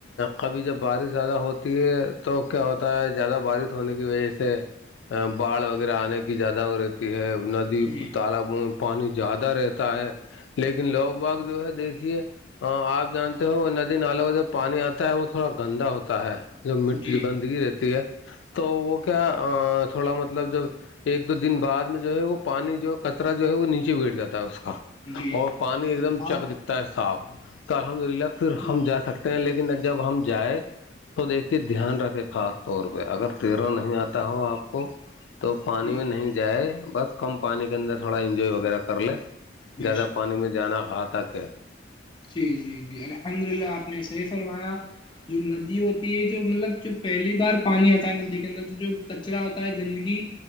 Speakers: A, on the left; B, on the left.
A: کبھی جب بارش زیادہ ہو تو کیا ہوتا ہے زیادہ بارش ہونے کی وجہ سے باڑھ وغیرہ آنے کی زیادہ رہتی ہے ندی
B: جی
A: تالاب پانی زیادہ رہتا ہے لیکن لوگ باغ جو ہے دیکھیے آپ جانتے ہو ندی نالے کا جب پانی آتا ہے وہ تھوڑا گندا ہوتا ہے جو مٹی
B: جی
A: گندگی رہتی ہے تو وہ کیا تھوڑا مطلب جب ایک دو دن بع میں جو ہے وہ پانی جو ہے کچرا جو ہے وہ نیچے بیٹھ جاتا ہے اس کا
B: جی
A: اور
B: جی
A: پانی
B: جی
A: ایک دم
B: ہاں
A: چک دکھتا ہے صاف تو الحمد للہ پھر
B: جی
A: ہم جا سکتے ہیں لیکن جب ہم جائ اس کو دیکھیے دھیان رکھے خاص طور پہ اگر تیرنا نہیں آتا ہو آپ کو تو پانی
B: جی
A: میں نہیں جائے بس کم پانی کے اندر تھوڑا انجوائے وغیرہ کر لے
B: بے
A: زیادہ
B: شک
A: پانی میں جانا گھا تک ہے
B: جی جی جی الحمد للہ آپ نے صحیح فرمایا جو ندی ہوتی ہے جو مطلب جو پہلی بار پانی آتا ہے ندی کے اندر تو جو کچرا ہوتا ہے گندگی